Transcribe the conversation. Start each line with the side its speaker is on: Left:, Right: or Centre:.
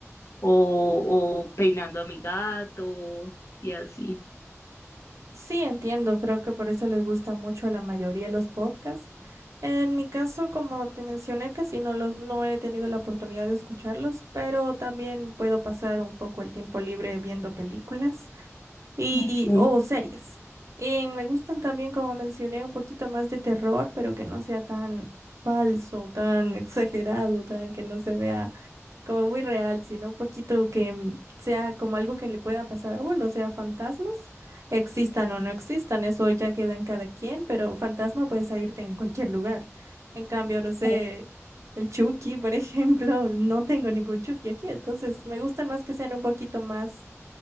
Left: o, o peinando a mi gato, y así.
Right: Sí, entiendo, creo que por eso les gusta mucho a la mayoría los podcasts. En mi caso, como te mencioné, casi no los, no he tenido la oportunidad de escucharlos, pero también puedo pasar un poco el tiempo libre viendo películas y
Left: Mm. Ujú.
Right: o series. Y me gustan también, como mencioné, un poquito más de terror, pero que no sea tan falso, tan <laughs> exagerado, tan que no se vea como muy real, sino un poquito que mm, sea como algo que le pueda pasar a uno, o sea, fantasmas, existan o no existan, eso ya queda en cada quien, pero fantasma puede salirte en cualquier lugar. En cambio, no sé,
Left: <laughs>
Right: el Chucky, por <laughs> ejemplo, no tengo ningún Chucky aquí, entonces me gustan más que sean un poquito más,